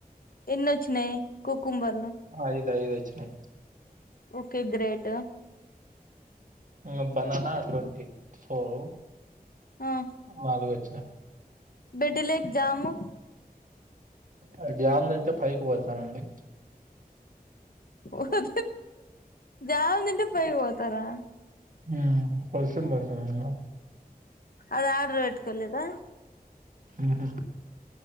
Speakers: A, on the left (about 65°); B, on the right (about 55°).
A: ఎన్ని ఒచ్చినాయి కుకుంబర్లు
B: ఐద్ ఐద్ వచ్చినాయి
A: ఓకే గ్రేట్
B: ఇంగ బనానా ట్వంటీ ఫోరు
A: ఆ
B: నాలుగు వచ్చినాయి
A: బెడ్ లేక్ జాము
B: ఆ జామ్ తింటే పైకి పోతానండి
A: హ ఓ జామ్ తింటే పైకి పోతారా
B: ఉమ్ వర్షం పడుతుంది గదా
A: అది ఆర్డర్ వెట్టుకొలేదా
B: ఉహు